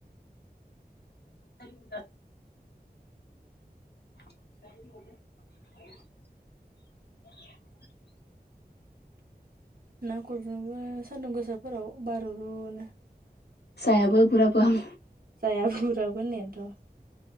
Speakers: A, on the left; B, on the right.
A: <inaudible> <unintelligible>
B: ना गुरनोबो सान्दुं गोसाफोराव बारुरुनो
A: जायाबो गुराबो हां
B: जाया गुराबो होननायानोथ'